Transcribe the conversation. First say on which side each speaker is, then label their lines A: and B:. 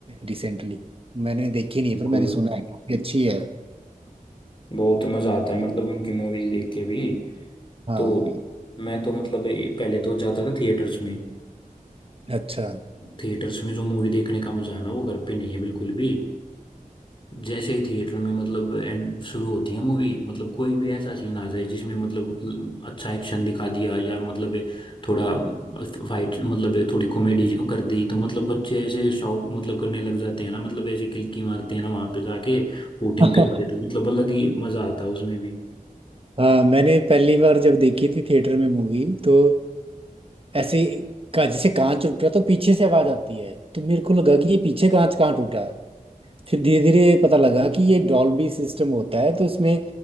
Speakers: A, on the right; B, on the left.
A: रिसेंटली मैंने देखी नहीं
B: बिल्कुल
A: है, पर मैंने सुना है काफी अच्छी है
B: बहुत मजा आता है मतलब उनकी मूवीज देख के भी
A: हाँ
B: तो मैं तो मतलब ए- पहले तो जाता था थिएटर्स में
A: अच्छा
B: थिएटर्स में जो मूवी देखने का मजा है ना वो घर पे नहीं है बिल्कुल भी जैसे ही थिएटर में मतलब एंड शुरू होती है मूवी मतलब कोई भी ऐसा सीन आ जाए जिसमें मतलब अच्छा एक्शन दिखा दिया या मतलब ये थोड़ा फाइट मतलब ये थोड़ी कॉमेडी कर दी तो मतलब बच्चे ऐसे शाउट मतलब करने लग जाते हैं ना मतलब ऐसी किल्की मारते हैं ना वहां पे जाके वोटिंग
A: <laughs>
B: करते हैं तो मतलब अलग ही मजा आता है उसमें भी
A: हाँ मैंने पहली बार जब देखी थी थिएटर में मूवी तो ऐसे का जैसे कांच टूट रहा तो पीछे से आवाज आती है तो मेरे को लगा कि ये पीछे कांच कहाँ टूटा फिर धीरे धीरे पता लगा कि ये डॉल्बी सिस्टम होता है तो इसमें